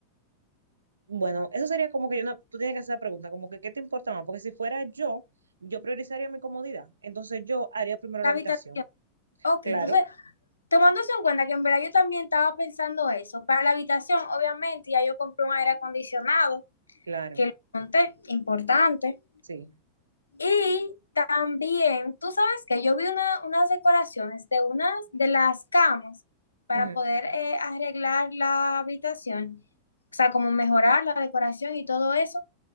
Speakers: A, on the right; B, on the left.
A: Bueno, eso sería como que yo no, tú tienes que hacer la pregunta, como que, ¿qué te importa más? Porque si fuera yo, yo priorizaría mi comodidad. Entonces yo haría primero la
B: La habitación.
A: habitación.
B: Ok,
A: Claro,
B: entonces Tomándose en cuenta que en verdad yo también estaba pensando eso, para la habitación, obviamente, ya yo compré un aire acondicionado,
A: claro,
B: que lo monté, importante.
A: sí.
B: Y también, tú sabes que yo vi una, unas decoraciones de unas de las camas para
A: Ujú.
B: poder eh, arreglar la habitación, o sea, como mejorar la decoración y todo eso.